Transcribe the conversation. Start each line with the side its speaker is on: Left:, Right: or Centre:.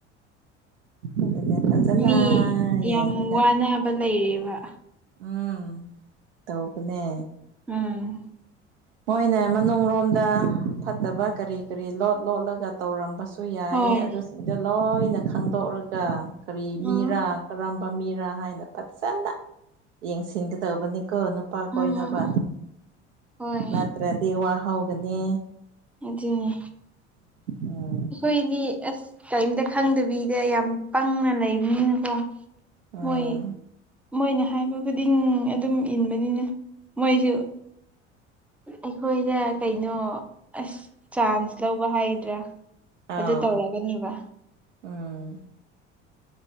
Right: ꯑꯗꯨꯅ ꯐꯖꯅꯥ
Centre: ꯃꯤ
Right: ꯌꯦꯡꯔꯒ
Centre: ꯌꯥꯝ ꯋꯥꯅꯕ ꯂꯩꯔꯦꯕ
Right: ꯎꯝ ꯇꯧꯕꯅꯦ
Centre: ꯎꯝ
Right: ꯃꯣꯏꯅ ꯃꯅꯨꯡꯔꯣꯝꯗ ꯐꯠꯇꯕ ꯀꯔꯤ ꯀꯔꯤ ꯂꯣꯠ ꯂꯣꯠꯂꯒ ꯇꯧꯔꯝꯕꯁꯨ ꯌꯥꯏ
Centre: ꯍꯣꯏ
Right: ꯑꯗꯨꯁꯤꯡꯗꯣ ꯂꯣꯏꯅ ꯈꯪꯗꯣꯛꯂꯒ ꯀꯔꯤ
Centre: ꯎꯝ
Right: ꯃꯤꯔꯥ ꯀꯔꯝꯕ ꯃꯤꯔꯥ ꯍꯥꯏꯅ ꯐꯖꯅ ꯌꯦꯡꯁꯤꯟꯒꯗꯧꯕꯅꯤꯀꯣ ꯅꯨꯄꯥ ꯀꯣꯏꯅꯕ
Centre: ꯎꯝ ꯎꯝ ꯍꯣꯏ
Right: ꯅꯠꯇ꯭ꯔꯗꯤ ꯋꯥꯍꯧꯒꯅꯤ
Centre: ꯑꯗꯨꯅꯤ
Right: ꯑꯣ
Centre: ꯑꯩꯈꯣꯏꯗꯤ ꯑꯁ ꯀꯩꯝꯇ ꯈꯪꯗꯕꯤꯗ ꯌꯥꯝ ꯄꯪꯅ ꯂꯩꯕꯅꯤꯅꯀꯣ
Right: ꯑꯥꯎ
Centre: ꯃꯣꯏ ꯃꯣꯏꯅ ꯍꯥꯏꯕ ꯈꯨꯗꯤꯡ ꯑꯗꯨꯝ ꯏꯟꯕꯅꯤꯅ ꯃꯣꯏꯁꯨ ꯑꯩꯈꯣꯏꯗ ꯀꯩꯅꯣ ꯑꯁ ꯆꯥꯟꯁ ꯂꯧꯕ ꯍꯥꯏꯒꯗ꯭ꯔꯥ
Right: ꯑꯥꯎ
Centre: ꯑꯗꯨ ꯇꯧꯔꯛꯀꯅꯦꯕ
Right: ꯎꯝ